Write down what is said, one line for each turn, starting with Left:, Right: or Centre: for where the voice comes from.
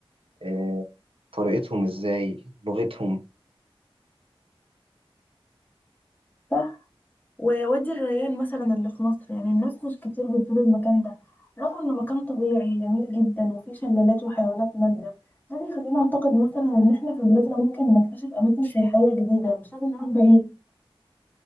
Right: آه، طريقتهم ازاي لغتهم
Left: صح ووادي الريان مثلا اللي في مصر يعني الناس مش كتير بتزور المكان ده رغم إنه مكان طبيعي جميل جدا وفيه شلالات وحيوانات نادرة ده بيخلينا أعتقد مثلا إن إحنا في بلادنا ممكن نكتشف أماكن سياحية جديدة مش لازم نروح بعيد